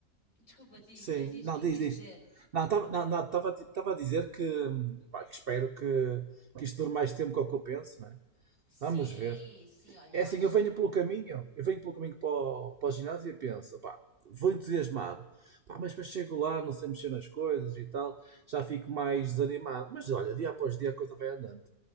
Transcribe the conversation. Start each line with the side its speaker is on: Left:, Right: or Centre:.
Left: Desculpa, diz,
Right: sim.
Left: diz, diz
Right: Não,
Left: o que
Right: diz,
Left: é que quis
Right: diz.
Left: dizer.
Right: Não, estava não, não, tava, a di- tava a dizer que, hum, pá, que espero que, que isto dure mais tempo que o que eu penso, não é?
Left: Sim,
Right: Vamos ver.
Left: sim, olha,
Right: É
Left: eu
Right: assim,
Left: acho
Right: eu venho pelo caminho, eu venho pelo caminho para o, para o ginásio e penso, pá, vou entusiasmado. Pá, mas depois chego lá, não sei mexer nas coisas e tal, já fico mais desanimado. Mas olha, dia após dia a coisa vai andando.